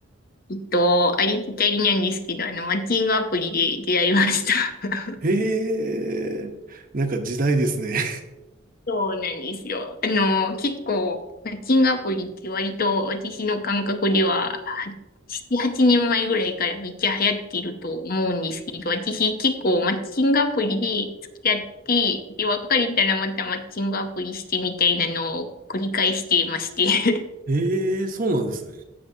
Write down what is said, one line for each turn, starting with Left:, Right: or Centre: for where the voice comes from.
Left: えっと、ありきたりなんですけど、あの、マッチングアプリで出会いました。<laughs>
Right: ええなんか時代ですね。
Left: そうなんですよ。あの、結構、マッチングアプリって割と私の感覚では、7、8年前ぐらいからめっちゃ流行っていると思うんですけど、私結構マッチングアプリで付き合って、で、別れたらまたマッチングアプリしてみたいなのを繰り返していまして。<laughs>
Right: <laughs> ええそうなんですね。